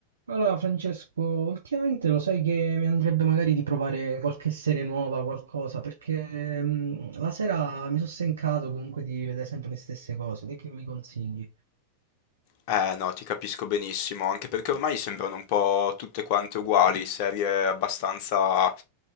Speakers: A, on the right; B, on the left.
A: Allora, Francesco, ultimamente lo sai che mi andrebbe magari di provare qualche serie nuova, qualcosa, perché mm, la sera mi sono stancato comunque di vedere sempre le stesse cose. Te che mi consigli?
B: Eh no, ti capisco benissimo, anche perché ormai sembrano un po' tutte quante uguali, serie abbastanza